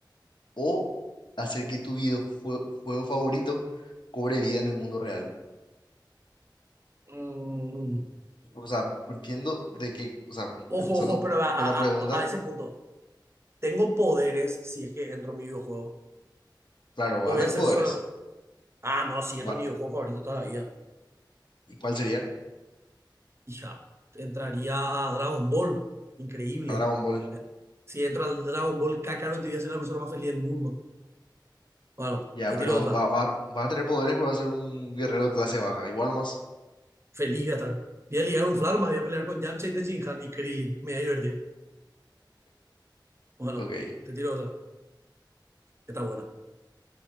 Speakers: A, on the left; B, on the right.
A: o hacer que tu videojuego favorito cobre vida en el mundo real.
B: Mm,
A: O sea, entiendo de que, o sea,
B: Ojo,
A: empezando
B: ojo, pero a, a-
A: con la pregunta,
B: a- a ese punto, ¿tengo poderes si es que entro a mi videojuego?
A: claro, vas
B: ¿O voy
A: a tener
B: a ser
A: poderes.
B: solamente... Ah, no, si
A: Va-
B: entro a mi videojuego favorito toda la vida.
A: ¿y cuál sería?
B: Hija, entraría a Dragon Ball. Increíble.
A: A Dragon Ball.
B: Eh, Si entro al Dragon Ball Kakarot, voy a ser la persona más feliz del mundo. Bueno,
A: Ya,
B: te
A: pero
B: tiro otra.
A: va, va, vas a tener poderes, pero vas a ser un guerrero de clase baja. Igual o más.
B: Feliz voy a estar. Voy a ligar un Flarma, voy a pelear con Yamcha y Tenshinhan y Krillin. Me voy a divertir. Bueno,
A: Ok.
B: te tiro otra. que Está buena.